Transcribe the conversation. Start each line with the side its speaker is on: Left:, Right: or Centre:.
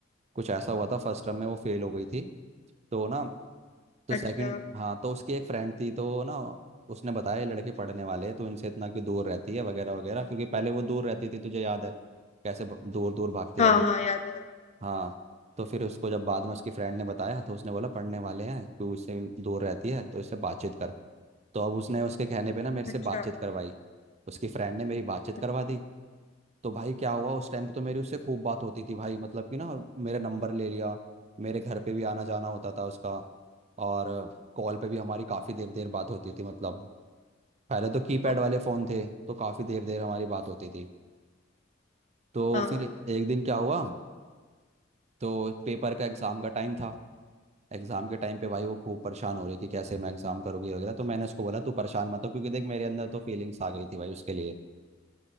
Right: कुछ ऐसा हुआ था फर्स्ट टर्म में वो फेल हो गई थी तो ना तो
Left: अच्छा
Right: सेकंड हाँ तो उसकी एक फ्रेंड थी तो ना उसने बताया ये लड़के पढ़ने वाले हैं तो इनसे इतना क्यों दूर रहती है वगैरह वगैरह क्योंकि पहले वो दूर रहती थी तुझे याद है कैसे ब- दूर दूर भागती
Left: हाँ
Right: रहती
Left: हाँ याद है
Right: हाँ तो फिर उसको जब बाद में उसकी फ्रेंड ने बताया तो उसने बोला पढ़ने वाले हैं तू उससे दूर रहती है तो उससे बातचीत कर तो अब उसने उसके कहने पे ना मेरे
Left: अच्छा
Right: से बातचीत करवाई उसकी फ्रेंड ने मेरी बातचीत
Left: हम्म।
Right: करवा दी तो भाई क्या हुआ उस टाइम पे तो मेरी उससे खूब बात होती थी भाई मतलब कि ना मेरा नंबर ले लिया मेरे घर पे भी आना जाना होता था उसका और कॉल पे भी हमारी काफ़ी देर देर बात होती थी मतलब पहले तो कीपैड
Left: ओ
Right: वाले फ़ोन थे तो काफ़ी देर देर हमारी बात होती थी तो
Left: हाँ
Right: फिर एक दिन क्या हुआ तो पेपर का एग्ज़ाम का टाइम था एग्जाम के टाइम पे भाई वो खूब परेशान हो रही कि कैसे मैं एग्जाम करूंगी वगैरह तो मैंने उसको बोला तू परेशान मत हो क्योंकि देख मेरे अंदर तो फीलिंग्स आ गई थी भाई उसके लिए